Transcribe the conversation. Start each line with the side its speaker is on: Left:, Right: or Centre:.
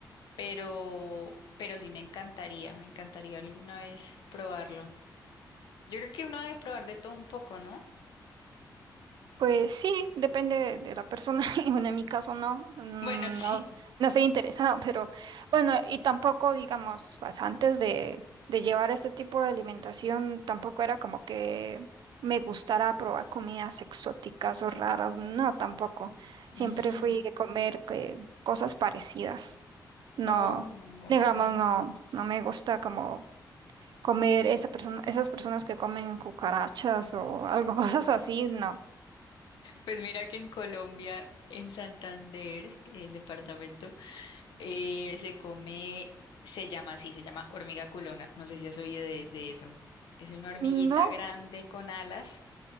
Left: pero, pero sí me encantaría, me encantaría alguna vez probarlo. Yo creo que uno debe probar de todo un poco, ¿no? <laughs>
Right: Pues sí, depende de la persona. <laughs> y Bueno, en mi caso no, mm,
Left: Bueno, sí.
Right: no, no estoy interesada, pero bueno, y tampoco, digamos, pues, antes de, de llevar este tipo de alimentación, tampoco era como que me gustara probar comidas exóticas o raras, no, tampoco. Siempre
Left: Mm,
Right: fui de comer que, cosas parecidas. No,
Left: oh, ok.
Right: digamos, no, no me gusta como comer esa persona, esas personas que comen cucarachas o algo, <laughs> cosas así, no.
Left: Pues mira que en Colombia, en Santander, el departamento. Eh, se come, se llama así, se llama hormiga culona. No sé si has oído de, de eso. Es una hormiguita
Right: No,
Left: grande con alas.